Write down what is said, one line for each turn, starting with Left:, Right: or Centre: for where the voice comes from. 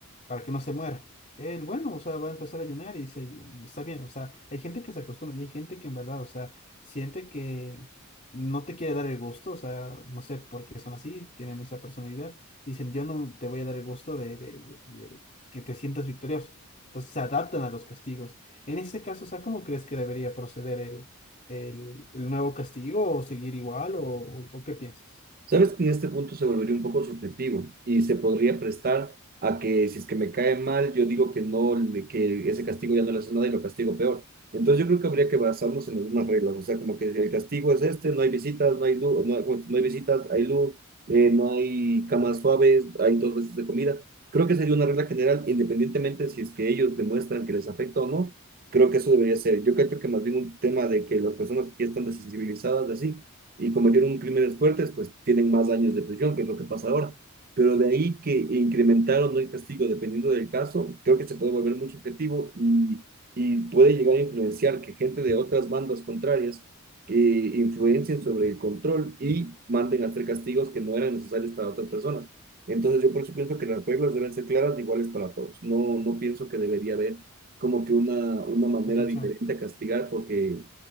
Left: para que no se muera. El bueno, o sea, va a empezar a ayunar y dice, está bien, o sea, hay gente que se acostumbra y hay gente que en verdad, o sea, siente que no te quiere dar el gusto, o sea, no sé por qué son así, tienen esa personalidad, y dicen, yo no te voy a dar el gusto de, de- de- de que te sientas victorioso. Entonces se adaptan a los castigos. En ese caso, o sea, ¿cómo crees que debería proceder el, el, el nuevo castigo o seguir igual o, o o qué piensas?
Right: Sabes que en este punto se volvería un poco subjetivo y se podría prestar a que si es que me cae mal, yo digo que no, le- que ese castigo ya no le hace nada y lo castigo peor. Entonces yo creo que habría que basarnos en las mismas reglas, o sea, como que el castigo es este, no hay visitas, no hay luz, no, hay no hay visitas, hay luz, eh, no hay camas suaves, hay dos veces de comida. Creo que sería una regla general, independientemente si es que ellos demuestran que les afecta o no, creo que eso debería ser. Yo creo que más bien un tema de que las personas que ya están desensibilizadas de así y cometieron crímenes fuertes, pues tienen más años de prisión, que es lo que pasa ahora. Pero de ahí que incrementaron el castigo dependiendo del caso, creo que se puede volver muy subjetivo y, y puede llegar a influenciar que gente de otras bandas contrarias eh, influencien sobre el control y manden a hacer castigos que no eran necesarios para otras personas. Entonces yo por eso pienso que las reglas deben ser claras, iguales para todos. No, no pienso que debería haber como que una, una manera
Left: Esta opción.
Right: diferente a castigar porque